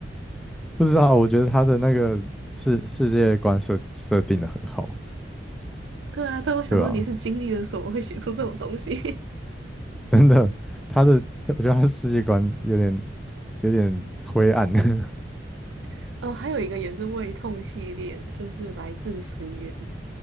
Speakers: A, in the centre; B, on the right (about 75°).
A: <laughs> 不知道，我觉得他的那个世世界观设设定的很好，
B: 对啊，但我想说你是经历了什么会写出这种东西？
A: 对啊，真的，他的我觉得他的世界观有点有点灰暗。<laughs>
B: <laughs> 哦，还有一个也是胃痛系列的，就是《来自深渊》